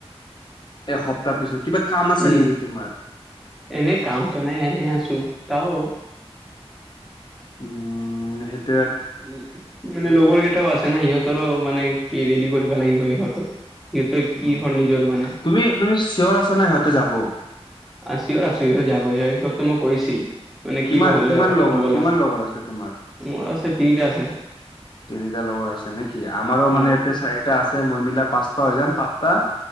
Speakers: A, on the left; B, in the centre.
A: এসপ্তাহ পিছত কিবা কাম আছে
B: উম
A: নেকি তোমাৰ।
B: এনে কামটো নাই এনেই আছোঁ তাও
A: উম হেইট
B: উ মানে লগৰ কেইটাও আছে না সিহঁত তৰো মানে কি ৰেডি কৰিব লাগিব সিহঁতো সিহঁতৰ
A: উম
B: কি হল নিজৰ মানে।
A: তুমি তুমি চিয়'ৰ আছা নাই সিহঁতে যাব।
B: আ চিয়'ৰ আছো যাবই সিহঁতে মোক কৈছিল। মানে কি
A: কিমান
B: বা হ'লে
A: কিমান লগৰ
B: ব'লা
A: কিমান লগৰ আছে তোমাৰ?
B: মোৰ আছে তিনিটা আছে।
A: তিনিটা লগৰ আছে নেকি আমাৰো মানে
B: অ
A: এতিয়া চাৰি টা আছে মই মিলাই পাঁচটা হৈ যাম পাঁচটা